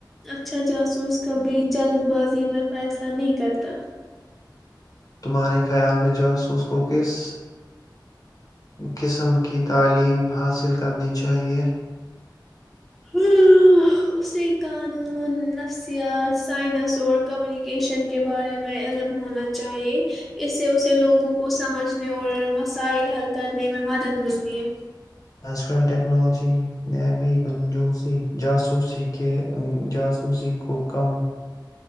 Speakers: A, in the centre; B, on the left.
A: اچھا جاسوس کبھی جلد بازی میں فیصلہ نہیں کرتا
B: تمہارے خیال میں جاسوس کو کس قسم کی تعلیم حاصل کرنی چاہیے
A: ہمم اسے قانون نفسیات سائنس اور کمیونیکیشن کے بارے میں علم ہونا چاہیے اس سے اسے لوگوں کو سمجھنے اور مسائل حل کرنے میں مدد ملتی ہے
B: آج کل ٹیک ٹیکنالوجی نےبی کنجوسی جاسوسی کہ جاس اسی کو کم